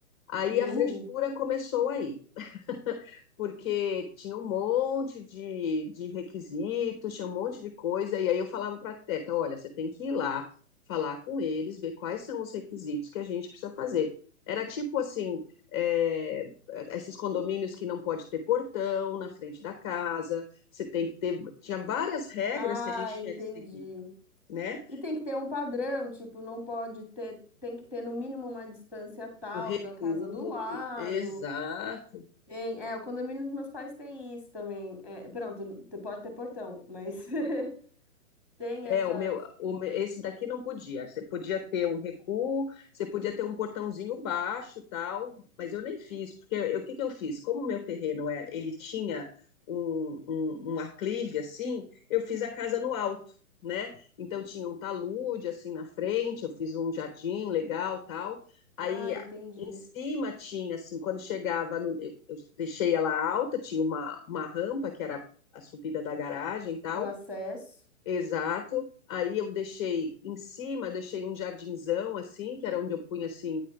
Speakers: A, on the left (about 20°); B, in the centre.
A: Aí
B: Uh.
A: a frescura começou aí. <laughs> porque tinha um monte de, de requisitos, tinha um monte de coisa, e aí eu falava para a arquiteta, olha, você tem que ir lá, falar com eles, ver quais são os requisitos que a gente precisa fazer. Era tipo assim, é, esses condomínios que não pode ter portão na frente da casa, você tem que ter, tinha várias regras
B: Ah,
A: que a gente
B: entendi.
A: tinha que seguir, né?
B: E tem que ter um padrão, tipo, não pode ter, tem que ter no mínimo uma distância tal
A: O recuo,
B: da casa do lado.
A: exato.
B: Tem, é, o condomínio dos meus pais tem isso também. É, pronto, te- pode ter portão, mas <laughs> tem
A: É,
B: essas.
A: o meu, o me- esse daqui não podia. Você podia ter um recuo, você podia ter um portãozinho baixo, tal, mas eu nem fiz, porque eu- o que que eu fiz? Como o meu terreno era, ele tinha um, um, um aclive assim, eu fiz a casa no alto, né? Então tinha um talude assim na frente, eu fiz um jardim legal, tal. Aí
B: Ah, entendi.
A: a- em cima tinha assim, quando chegava, no- eu, eu deixei ela alta, tinha uma, uma rampa que era a subida da garagem, tal.
B: O acesso.
A: Exato. Aí eu deixei em cima, deixei um jardinzão assim, que era onde eu punha assim